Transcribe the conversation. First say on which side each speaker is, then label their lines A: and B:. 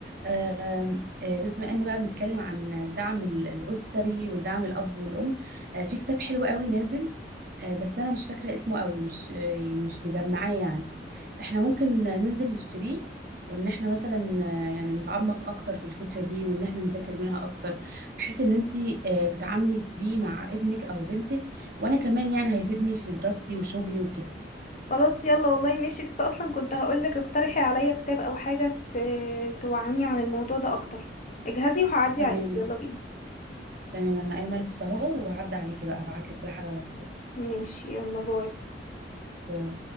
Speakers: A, on the right (about 55°); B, on the left (about 45°).
A: آم، آه، بما ان بقى بنتكلم عن الدعم ال- الاسري والدعم الاب والام آه، في كتاب حلو قوي نازل آه، بس انا مش فاكره اسمه قوي مش آه، مش مجمعاه يعني احنا ممكن ننزل نشتريه وان احنا مثلا آه، يعني نتعمق اكتر في الفكره دي وان احنا نذاكر منها اكتر بحيث ان انت تتعاملي بيه مع ابنك او بنتك وانا كمان يعني هيفيدني في دراستي وشغلي وكده
B: خلاص يلا والله ماشي لسه اصلا كنت هقولك اقترحي عليا كتاب او حاجة ت- توعيني عن الموضوع ده اكتر اجهزي وهعدي
A: تمام
B: عليك يلا بينا
A: تمام انا قايمه البس اهو وهعدي عليكي بقى ابعت لك كل حاجه على الواتساب
B: ماشي يلا باي
A: باي